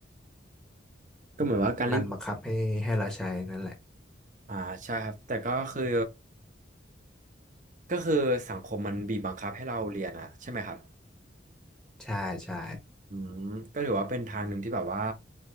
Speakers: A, on the right; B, in the centre.
A: ก็เหมือนว่าการเล่น
B: มันบังคับให้ให้เราใช้นั่นแหละ
A: อ่าใช่ครับแต่ก็คือก็คือสังคมมันบีบบังคับให้เราเรียนอ่ะใช่ไหมครับ
B: ใช่ใช่
A: อืมก็ถือว่าเป็นทางหนึ่งที่แบบว่า